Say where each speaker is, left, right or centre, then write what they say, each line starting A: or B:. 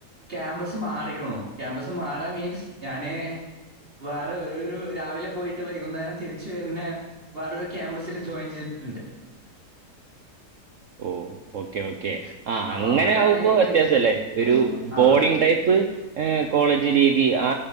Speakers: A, on the right; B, on the right.
A: ക്യാമ്പസ് മാറിക്ക്ണു ക്യാമ്പസ് മാറാ മീൻസ് ഞാന് വേറെ ഒരു രാവിലെ പോയിട്ട് വൈകുന്നേരം തിരിച് വര്ണെ വേറൊരു ക്യാമ്പസിൽ ജോയിൻ ചെയ്തിട്ണ്ട്
B: ഓഹ് ഓക്കെ ഓക്കേ ആഹ്
A: അപ്പൊ
B: അങ്ങനെ
A: അവിടെയാണ്
B: ആവുമ്പോ
A: ഇപ്പൊ
B: വ്യത്യാസല്ല
A: ഈ ക-
B: ഒരു
A: ആ
B: ബോർഡിങ് ടൈപ്പ് ഹ് കോളേജ് രീതി ആ